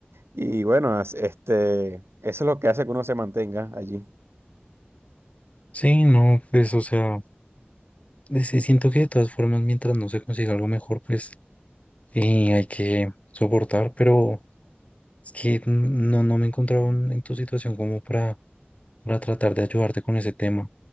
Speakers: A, on the right; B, on the left.
A: Y bueno, as- este, eso es lo que hace que uno se mantenga allí.
B: sí, no, pues, o sea, de- sí, siento que de todas formas, mientras no se consiga algo mejor, pues, eh, hay que soportar, pero Es que no, no me encontraba en en tu situación como para, para tratar de ayudarte con ese tema,